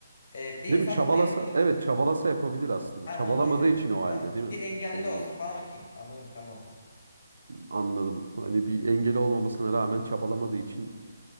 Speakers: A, on the left; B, on the right.
A: e, bir
B: Değil
A: insan
B: mi? Çabalasa,
A: da bunu yapabilir
B: evet
A: demek.
B: çabalasa yapabilir aslında.
A: Ben
B: Çabalamadığı
A: onu düşünüyorum
B: için
A: kanka
B: o halde
A: anladın
B: değil
A: mı?
B: mi?
A: Bir engelli
B: Doğru
A: olsa
B: diyorsun.
A: falan okeyim. Anladım tamam.
B: Anladım. Hani bir engel olmamasına rağmen çabalamadığı için